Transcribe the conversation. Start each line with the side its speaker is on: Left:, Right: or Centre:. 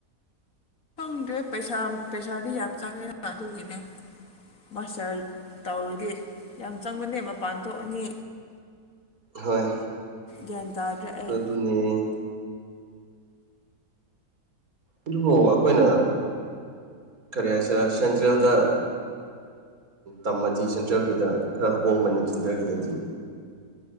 Left: ꯪꯗꯦ ꯄꯩꯁꯥ ꯄꯩꯁꯥꯗꯤ ꯌꯥꯝ ꯆꯪꯉꯦ ꯑꯗꯨꯒꯤꯅꯦ ꯃꯥꯁꯇꯔ ꯇꯧꯔꯗꯤ ꯌꯥꯝ ꯆꯪꯕꯅꯦ ꯃꯄꯥꯟ ꯊꯣꯛꯑꯅꯤ
Right: ꯍꯣꯏ
Left: ꯒ꯭ꯌꯥꯟ ꯇꯥꯗ꯭ꯔ ꯑꯩ
Right: ꯄꯨꯅꯦ ꯑꯗꯨꯕꯨ ꯑꯩꯈꯣꯏꯅ ꯀꯔꯤ ꯍꯥꯏꯁꯤꯔꯥ ꯁꯦꯟꯇ꯭ꯔꯦꯜꯗ ꯇꯝꯃꯗꯤ ꯁꯦꯟꯇ꯭ꯔꯦꯜꯒꯤꯗ ꯈꯔ ꯍꯣꯡꯕꯅꯤ ꯁꯦꯟꯇ꯭ꯔꯒꯤꯗꯗꯤ